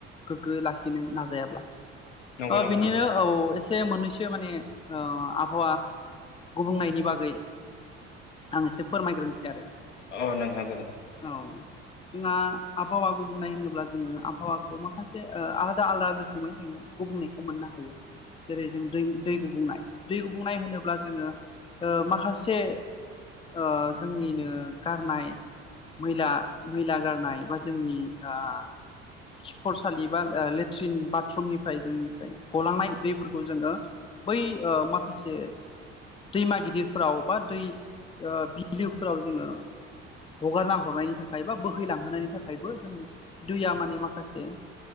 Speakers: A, on the left; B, on the left.
A: गोग्गो लाखिनो नाजायाब्ला।
B: नंगौ
A: ओ
B: नंगौ
A: बिनिनो
B: नोंथां
A: औ एसे ससे मोननैसो माने ओ आबहावा गुबुंनायनि बागै आं एसे फोरमायग्रोनोसै आरो।
B: अ नोंथां जागोन।
A: औ जोंहा आबहावा गुबुंनाय होनोब्ला जोङो आबहावाखौ माखासे ओ आलादा आलादा रोखोमै जोङो गुबुंनायखौ मोननो हायो। जेरै जों दै दै गुबुंनाय दै गुबुंनाय होनोब्ला जोङो ओ माखासे ओ जोंनिनो गारनाय मैला मैला गारनाय बा जोंनि ओ खिखरसालि बा ओ लेट्रिन बाथरुमनिफ्राय जोंनिफ्राय गलांनाय दैफोरखौ जोङो बै ओ माखासे दैमा गिदिरफोराव बा दै ओ बिलोफोराव जोङो हगारना हरनायनि थाखाय बा बोहैलांहोनायनि थाखायबो जोंनि दैया माने माखासे